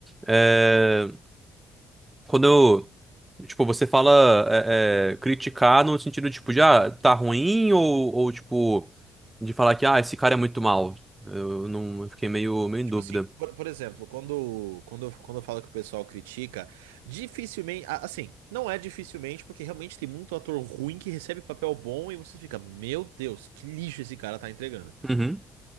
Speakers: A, on the right (about 20°); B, on the right (about 80°).
A: é, quando eu. Tipo, você fala é, é, criticar no sentido, tipo, de, ah, tá ruim ou, ou, tipo, de falar que, ah, esse cara é muito mal. Eu não eu fiquei meio, meio
B: Tipo
A: em dúvida.
B: assim, por, por exemplo, quando, quando, eu- quando eu falo que o pessoal critica, dificilmente. a- Assim, não é dificilmente, porque realmente tem muito ator ruim que recebe papel bom e você fica, meu Deus, que lixo esse cara tá entregando.
A: Uhum.